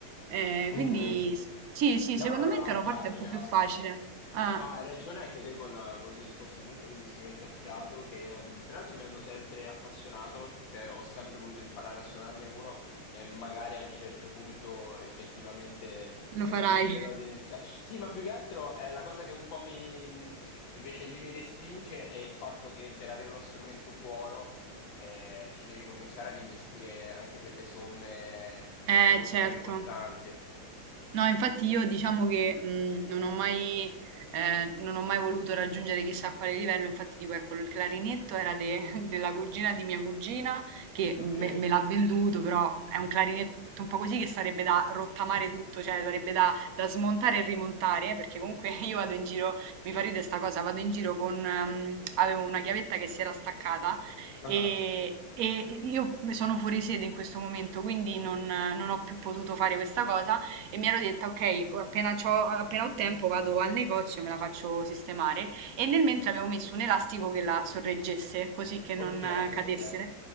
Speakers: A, on the right; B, on the left.
A: eh,
B: mhm.
A: quindi s- sì, sì,
B: No,
A: secondo
B: no,
A: me
B: no,
A: il
B: no,
A: pianoforte
B: chiaro,
A: è un po'
B: chiaro.
A: più facile. Ah,
B: No, hai ragione anche te col, col discorso comunque degli strumenti a fiato che mh, peraltro mi hanno sempre appassionato, cioè ho sempre voluto imparare a suonarne uno e magari a un certo punto effettivamente eh,
A: lo farai.
B: deciderò di iniziare. Sì, ma più che altro eh, la cosa che un po' mi mh, invece lì mi respinge è il fatto che per avere uno strumento buono eh, ci devi cominciare ad investire anche delle somme eh,
A: Eh,
B: molto
A: certo.
B: più importanti.
A: No, infatti io diciamo che mh, non ho mai, eh, non ho mai voluto raggiungere chissà quale livello, infatti tipo ecco il clarinetto era de- <laughs> della cugina di mia cugina che
B: Ok.
A: me, me l'ha venduto, però è un clarinetto un po' così che sarebbe da rottamare tutto, cioè sarebbe da, da smontare e rimontare, eh, perché comunque <laughs> io vado in giro, mi fa ridere sta cosa, vado in giro con, ehm, avevo una chiavetta che si era staccata
B: Ah.
A: e... E io sono fuori sede in questo momento, quindi non non ho più potuto fare questa cosa e mi ero detta, ok, appena, c'ho- appena ho tempo vado al negozio, me la faccio sistemare. E nel mentre avevo messo un elastico che la sorreggesse, così che non
B: Ok,
A: eh, cadesse.
B: ok.